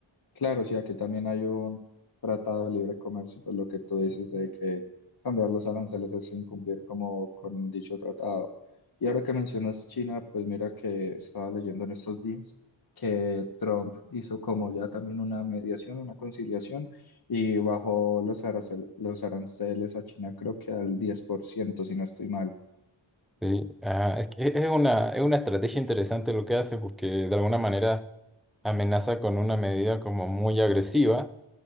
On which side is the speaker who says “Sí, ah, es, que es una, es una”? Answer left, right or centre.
Centre